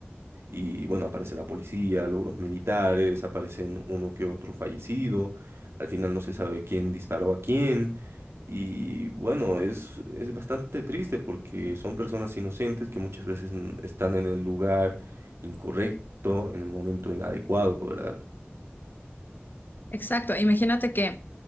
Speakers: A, on the right; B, on the left.
A: Y bueno, aparece la policía, luego los militares, aparecen uno que otro fallecido. Al final no se sabe quién disparó a quién. Y bueno, es, es bastante triste porque son personas inocentes que muchas veces n- están en el lugar incorrecto, en el momento inadecuado, ¿verdad?
B: Exacto, imagínate que